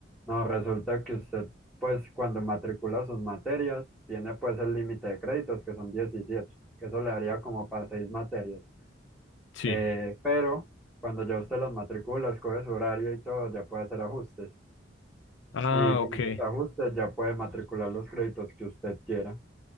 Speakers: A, in the centre; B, on the left.
A: No, resulta que usted pues cuando matricula sus materias tiene pues el límite de créditos que son 17 que eso le daría como para seis materias.
B: sí.
A: Eh, pero cuando ya usted las matricula, escoge su horario y todo, ya puede hacer ajustes.
B: Ah,
A: Y con
B: ok.
A: esos ajustes ya puede matricular los créditos que usted quiera.